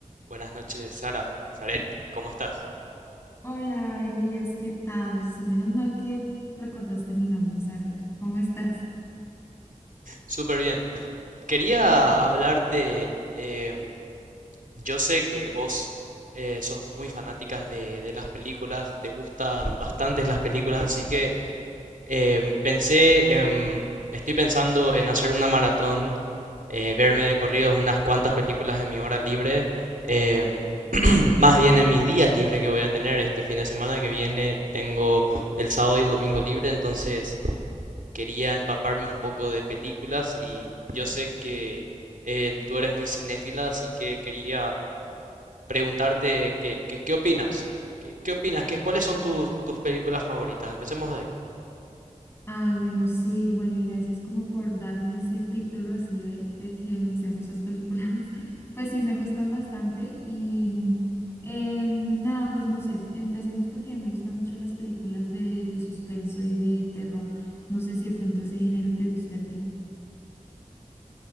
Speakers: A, on the right; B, on the left.
A: Buenas noches, Sara, Saret, ¿cómo estás?
B: Hola, Elías, ¿qué tal? Sí, menos mal que recordaste mi nombre, Sare. ¿Cómo estás?
A: Súper bien. Quería hablarte, em, yo sé que vos eh, sos muy fanáticas de, de las películas, te gustan bastantes las películas, así que em, pensé, en, estoy pensando en hacer una maratón, eh, verme de corridos unas cuantas películas en mi hora libre, em, <clears throat> más bien en mis días libres que voy a tener este fin de semana que viene, tengo el sábado y el domingo libre, entonces... quería empaparme un poco de películas y yo sé que eh, tú eres muy cinéfila, así que quería preguntarte qué, qué, qué opinas, qué, qué opinas, qué, cuáles son tus, tus películas favoritas. Empecemos de ahí.
B: Ah, bueno, sí, bueno, y gracias como por darme ese título así de, de que sé muchas películas. <laughs> Pues sí, me gustan bastante y mm, em, nada, pues no sé, empecemos porque me gustan mucho las películas de, de suspenso y de terror. No sé si de pronto ese género te guste a ti. <laughs>